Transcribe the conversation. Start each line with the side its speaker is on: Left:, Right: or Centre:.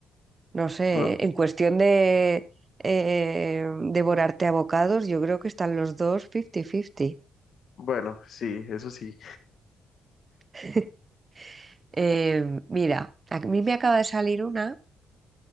Right: no sé,
Left: Bu-
Right: en cuestión de eh, devorarte a bocados, yo creo que están los dos 50-50.
Left: Bueno, sí, eso sí.
Right: <laughs> Eh, mira, a mí me acaba de salir una